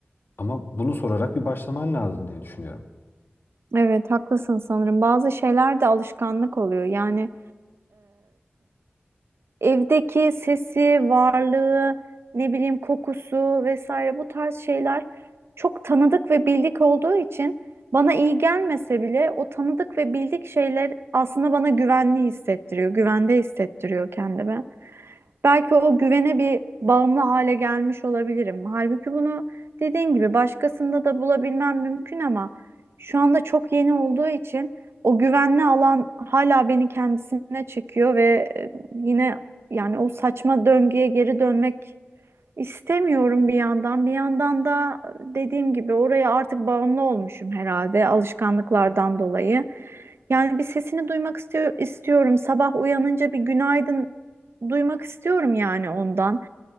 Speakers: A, on the left; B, on the right.
A: ama bunu sorarak bir başlaman lazım diye düşünüyorum.
B: Evet haklısın sanırım. Bazı şeyler de alışkanlık oluyor. Yani evdeki sesi, varlığı, ne bileyim kokusu vesaire bu tarz şeyler çok tanıdık ve bildik olduğu için bana iyi gelmese bile o tanıdık ve bildik şeyler aslında bana güvenli hissettiriyor, güvende hissettiriyor kendime. Belki o güvene bir bağımlı hale gelmiş olabilirim. Halbuki bunu dediğin gibi başkasında da bulabilmem mümkün ama şu anda çok yeni olduğu için o güvenli alan hala beni kendisine çekiyor ve e, yine yani o saçma döngüye geri dönmek İstemiyorum bir yandan. Bir yandan da dediğim gibi oraya artık bağımlı olmuşum herhalde alışkanlıklardan dolayı. Yani bir sesini duymak istiyor, istiyorum. Sabah uyanınca bir günaydın duymak istiyorum yani ondan.